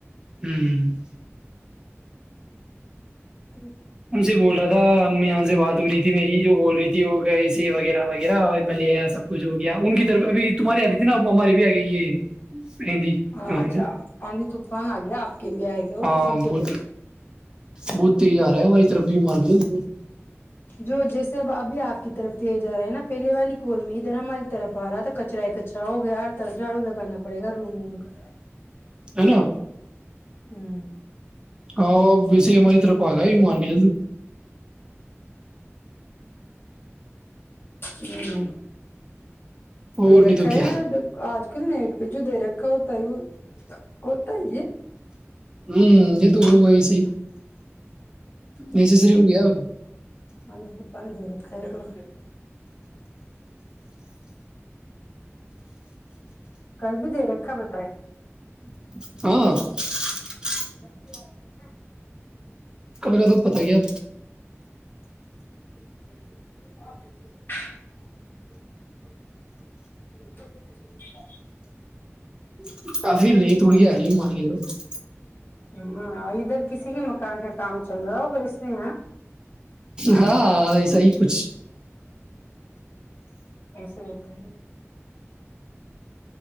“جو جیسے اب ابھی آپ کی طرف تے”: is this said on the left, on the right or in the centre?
Left